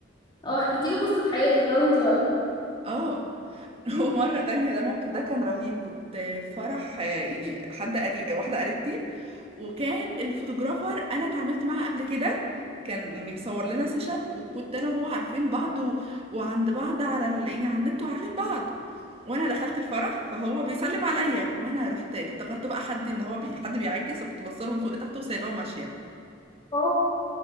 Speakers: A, on the left; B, on the right.
A: اه حكيتي له قصة حياتك بقى وانتي واقفة
B: اه <laughs> ومرة تانية ده الموقف ده كان رهيب كنت في فرح آه، يعني حد قريب واحدة قريبتي وكان الفوتوغرافر انا اتعاملت معاه قبل كده كان يعني مصور لنا سيشن وكنت انا وهو عارفين بعض و... وعند بعض على ال... يعني على النت وعارفين بعض وانا دخلت الفرح فهو بيسلم عليا وانا رحت افتكرت بقى حد ان هو بي... حد بيعاكس رحت بصله من فوق لتحت وسايباه وماشية
A: اه